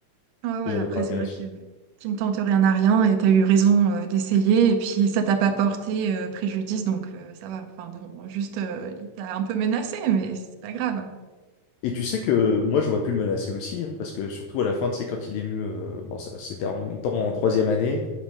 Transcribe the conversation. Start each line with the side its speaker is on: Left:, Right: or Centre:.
Right: Ouais, ouais,
Left: j'avais
Right: après,
Left: pas intérêt.
Right: c'est vrai que tu ne tentes rien à rien, et tu as eu raison, euh, d'essayer, et puis ça t'a pas porté, euh, préjudice, donc euh, ça va. Enfin bon, juste, euh, il t'a un peu menacé, mais c'est pas grave.
Left: Et tu sais que moi j'aurais pu le menacer aussi, hein, parce que surtout à la fin, tu sais, quand il est venu, euh, bon, ça- c'était en même temps en troisième année.